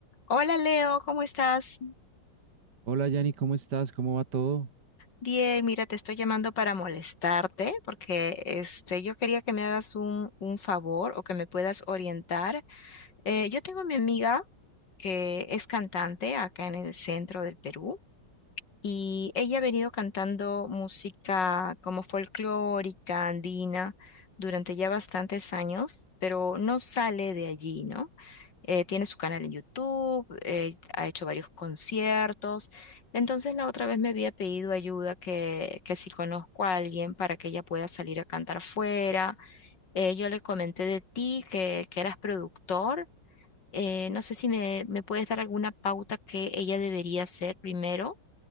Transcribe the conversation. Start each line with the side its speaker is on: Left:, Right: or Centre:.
Left: Hola Leo, ¿cómo estás?
Right: Hola Yanni, ¿cómo estás? ¿Cómo va todo?
Left: Bien, mira, te estoy llamando para molestarte porque este, yo quería que me hagas un, un favor o que me puedas orientar. Eh, yo tengo a mi amiga que es cantante acá en el centro del Perú y ella ha venido cantando música como folclórica, andina, durante ya bastantes años, pero no sale de allí, ¿no? eh, tiene su canal en YouTube, eh, ha hecho varios conciertos. Entonces la otra vez me había pedido ayuda que, que si conozco a alguien para que ella pueda salir a cantar fuera. Eh, yo le comenté de ti que, que eras productor. Eh, no sé si me, me puedes dar alguna pauta que ella debería hacer primero